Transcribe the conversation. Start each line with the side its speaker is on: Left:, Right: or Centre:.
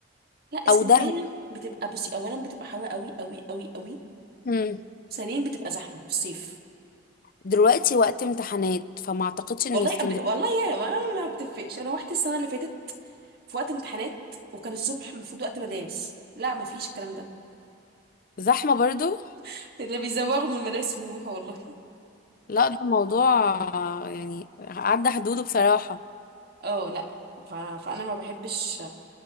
Right: لا اسكندرية
Left: او دهب
Right: هنا بتبقى بصي اولا بتبقى حلوة قوي قوي قوي قوي
Left: مم.
Right: ثانيا بتبقى زحمة في الصيف
Left: دلوقتي وقت امتحانات فما اعتقدش ان
Right: والله
Left: اسكندريه
Right: قبل والله يا ما ما بتفقش انا رحت السنة اللي فاتت في وقت امتحانات وكان الصبح المفروض وقت مدارس لا ما فيش الكلام ده
Left: زحمة برضو
Right: <laughs> اللي بيزوغوا من المدارس بيروحوا والله
Left: لا ده الموضوع آه، يعني عدى حدوده بصراحة
Right: اه لا ف... فانا ما بحبش